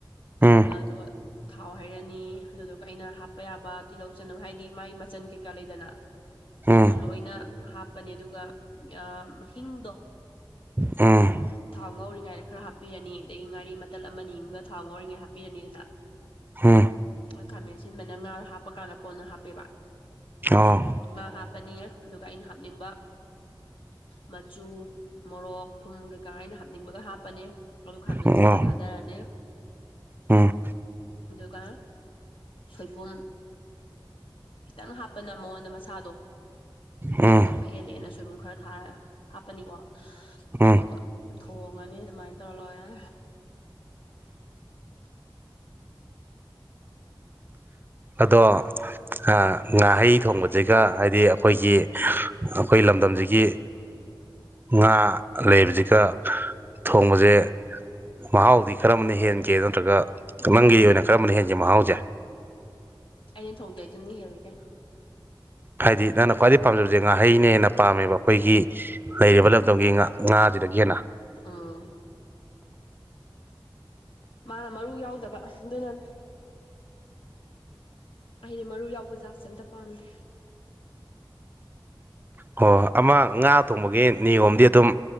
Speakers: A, on the right; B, on the left.
A: ꯎꯝ
B: ꯑꯗꯨꯒ ꯊꯥꯎ ꯍꯩꯔꯅꯤ ꯑꯗꯨꯗꯨꯒ ꯑꯩꯅ ꯍꯥꯞꯄ ꯌꯥꯕ ꯇꯤꯜꯍꯧ ꯆꯅꯝ ꯍꯥꯏ ꯃꯥꯏ ꯃꯆꯟ ꯀꯩꯀꯥ ꯂꯩꯗꯅ
A: ꯎꯝ
B: ꯑꯗꯨ ꯂꯣꯏꯅ ꯍꯥꯞꯄꯅꯤ ꯑꯗꯨꯒ ꯑꯥꯝ ꯍꯤꯡꯗꯣ
A: ꯎꯝ
B: ꯊꯥꯎ ꯉꯧꯔꯤꯉꯩꯗ ꯈꯔ ꯍꯥꯞꯄꯤꯔꯅꯤ ꯑꯗꯒꯤ ꯉꯥꯔꯤ ꯃꯇꯠ ꯑꯃꯅꯤꯃꯝꯒ ꯊꯥꯎ ꯉꯧꯔꯤꯉꯩ ꯍꯥꯞꯄꯤꯔꯅꯤꯗꯅ
A: ꯍꯨꯝ
B: ꯑꯥ ꯈꯥꯃꯦꯟ ꯑꯁꯤꯟꯕꯅ ꯉꯥ ꯍꯥꯞꯄꯀꯥꯟꯗ ꯀꯣꯟꯅ ꯍꯥꯞꯄꯦꯕ
A: ꯑꯣ
B: ꯉꯥ ꯍꯥꯞꯄꯅꯤ ꯑꯗꯨꯒ ꯑꯩꯅ ꯍꯥꯞꯅꯤꯡꯕ ꯃꯆꯨ ꯃꯣꯔꯣꯛ ꯊꯨꯝ ꯀꯩꯀꯥ ꯑꯩꯅ ꯍꯥꯞꯅꯤꯡꯕꯒ ꯍꯥꯞꯄꯅꯤ ꯑꯗꯨ ꯈꯥꯃꯦꯟꯁꯤꯟꯕ
A: ꯑꯣ
B: ꯊꯥꯗꯔꯅꯤ
A: ꯎꯝ
B: ꯑꯗꯨꯒ ꯁꯣꯏꯕꯨꯝ ꯈꯤꯇꯪ ꯍꯥꯞꯄꯅ ꯃꯉꯣꯟꯗ ꯃꯁꯥꯗꯣ ꯀꯩꯅꯣ
A: ꯎꯝ
B: ꯇꯧꯕ ꯍꯦꯜꯂꯦꯅ ꯁꯣꯏꯕꯨꯝ ꯈꯔ ꯊꯥꯔ ꯍꯥꯞꯄꯅꯤꯀꯣ
A: ꯎꯝ
B: ꯑꯗꯨꯒ ꯊꯣꯡꯉꯅꯤ ꯑꯗꯨꯃꯥꯏꯅ ꯇꯧꯔ ꯂꯣꯏꯔꯦ
A: ꯑꯗꯣ ꯑꯥ ꯉꯥꯍꯩ ꯊꯣꯡꯕꯖꯤꯒ ꯍꯥꯏꯗꯤ ꯑꯈꯣꯏꯒꯤ ꯑꯈꯣꯏ ꯂꯝꯗꯝꯖꯤꯒꯤ ꯉꯥ ꯂꯩꯕꯖꯤꯒ ꯊꯣꯡꯕꯖꯦ ꯃꯍꯥꯎꯗꯤ ꯀꯔꯝꯕꯅ ꯍꯦꯟꯒꯦ ꯅꯠꯇ꯭ꯔꯒ ꯅꯪꯒꯤ ꯑꯣꯏꯅ ꯀꯔꯝꯕꯅ ꯍꯦꯟꯒꯦ ꯃꯍꯥꯎꯖꯦ
B: ꯑꯩꯅ ꯊꯣꯡꯗꯩ ꯗꯨꯅ ꯍꯦꯜꯂꯤ ꯀꯩꯅꯣ
A: ꯍꯥꯏꯗꯤ ꯅꯪꯅ ꯈ꯭ꯋꯥꯏꯗꯩ ꯄꯥꯝꯖꯕꯖꯦ ꯉꯥꯍꯩꯅ ꯍꯦꯟꯅ ꯄꯥꯝꯃꯦꯕ ꯑꯈꯣꯏꯒꯤ
B: ꯎꯝ
A: ꯂꯩꯔꯤꯕ ꯂꯝ ꯗꯣꯝꯒꯤ ꯉꯥ ꯉꯥꯖꯤꯗꯒꯤ ꯍꯦꯟꯅ
B: ꯎꯝ ꯃꯥꯅ ꯃꯔꯨ ꯌꯥꯎꯗꯕ ꯗꯨꯅꯅꯦ ꯑꯩꯗꯤ ꯃꯔꯨ ꯌꯥꯎꯕ ꯖꯥꯠꯁꯦ ꯑꯝꯇ ꯄꯥꯝꯗꯦ
A: ꯑꯣ ꯑꯃ ꯉꯥ ꯊꯣꯡꯕꯒꯤ ꯅꯤꯌꯣꯝꯗꯤ ꯑꯗꯨꯝ